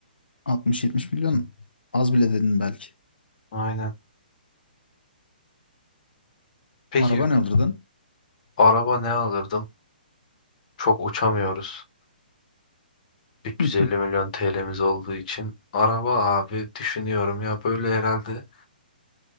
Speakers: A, on the left (about 85°); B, on the left (about 50°).
A: 60-70 milyon az bile dedin belki.
B: Aynen. Peki
A: Araba ne alırdın?
B: araba ne alırdım? Çok uçamıyoruz. 350
A: <laughs> Hı
B: milyon TL'miz olduğu için. Araba abi düşünüyorum ya böyle herhalde